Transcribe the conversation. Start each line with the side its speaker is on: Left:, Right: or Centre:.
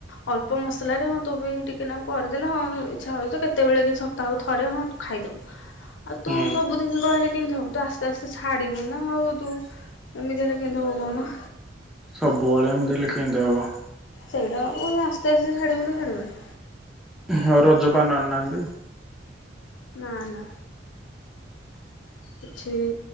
Left: ଅଳ୍ପ ମସଲାରେ ହଁ ତୋ ପାଇଁ ଟିକେ ନାକୁ କରିଦେଲେ ହଁ ଇଚ୍ଛା ହଉଛି କେତେବେଳେ କି ସପ୍ତାହକୁ ଥରେ ହଁ ତୁ ଖାଇଦବୁ। ଆଉ
Centre: ହୁଁ।
Left: ତୁ ସବୁଦିନ କହିଲେ କେମତି ହବ ତୁ ଆସ୍ତେ ଆସ୍ତେ ଛାଡିବୁ ନା ଆଉ ତୁ। ଏମିତି ହେଲେ କେମିତି ହବ କହୁନ।
Centre: ସବୁବେଳେ ଏମିତି ହେଲେ କେମିତି ହବ।
Left: ସେଇଟା ବା ପୁଣି ଆସ୍ତେ ଆସ୍ତେ ଛାଡ଼ିବୁନା ଛାଡ଼ିବୁନି।
Centre: ଆଉ ରଜପାନ ଆଣିନାହାନ୍ତି।
Left: ନା ନା।
Centre: <unintelligible>
Left: କିଛି